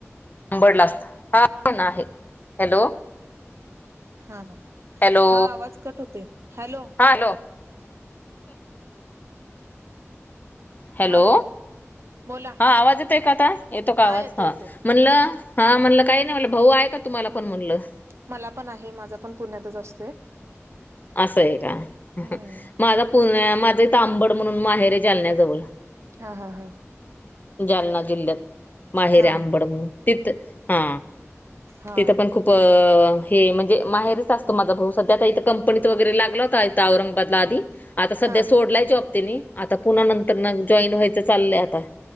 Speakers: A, on the left; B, on the right.
A: आबडला असत हाण आहे हॅलो.
B: हा हा
A: हॅलो
B: हा, आवाज कट होते हॅलो.
A: हा हॅलो हॅलो
B: हा बोला. बोला
A: हा आवाज येतोय का आता येतो का आवाज
B: येतोय
A: हा
B: येतोय
A: म्हणलं हां म्हणलं, काही नाही म्हटलं भाऊ आहे का तुम्हाला पण म्हणलं
B: मला पण आहे, माझा पण पुण्यातच असतोय.
A: असं आहे का?
B: हम्म
A: माझ पुण्या माझ तांबड म्हणून माहेर आहे जालण्याजवळ.
B: हा. हा. हा.
A: जालना जिल्ह्यात. माहेरे
B: हा
A: आंबड
B: हा
A: म्ह तिथ हा
B: हा
A: तिथं पण खूप अ हे म्हणजे माहेरच असतो, माझा भाऊ सध्या इथं कंपनीच वगैरे लागला होता, इथ औरंगाबादला आधी आता सध्या
B: हा हा.
A: सोडलाय जॉब तनी आता पुन्हा नंतर
B: हा
A: न जॉईन व्हायचं चाललंय आता